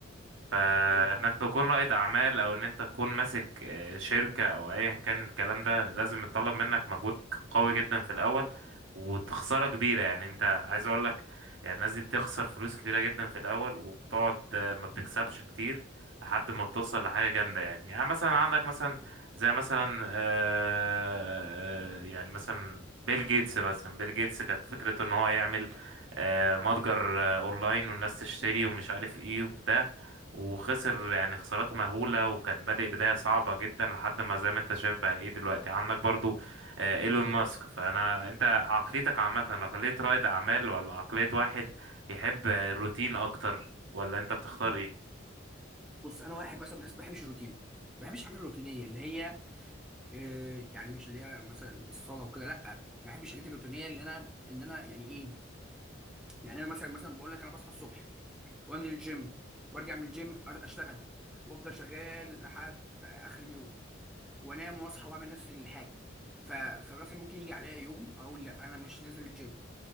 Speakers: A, on the right; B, in the centre.
A: فانك
B: ايوه فاهم
A: تكون رائد اعمال او ان انت تكون ماسك آه، شركة او ايا كان الكلام ده لازم يتطلب منك مجهود قوي جدا في الاول وتخسارة كبيرة يعني انت عايز اقول لك يعني الناس دي بتخسر فلوس كتيرة جدا في الاول وبتقعد آه، ما بتكسبش كتير لحد ما بتوصل لحاجة جامدة يعني يعني مثلا عندك مثلا
B: دي
A: زي مثلا آه، يعني مثلا بيل جيتس مثلا بيل جيتس كانت فكرته ان هو يعمل آه، متجر آه، اونلاين والناس تشتري ومش عارف ايه وبتاع وخسر يعني خسارات مهولة وكان بادئ بداية صعبة جدا لحد ما زي ما انت شايف بقى ايه دلوقتي عندك برضو آه، ايلون ماسك فانا انت عقليتك عامة عقلية رائد اعمال ولا عقلية واحد يحب الروتين اكتر ولا انت بتختار
B: حقيقة.
A: ايه
B: بص انا واحد مثلا من الناس ما بحبش الروتين ما بحبش الحاجات الروتينيه اللي هي آه، يعني مش اللي هي مثلا الصلاه وكده لا ما بحبش الحاجات الروتينيه اللي انا ان انا يعني ايه يعني انا مثلا مثلا بقول لك انا بصحى الصبح وانزل الجيم وارجع من الجيم اشتغل وافضل شغال لحد اخر اليوم وانام واصحى واعمل نفس الحاجه ف... فمثلا ممكن يجي عليا يوم اقول لا انا مش نازل الجيم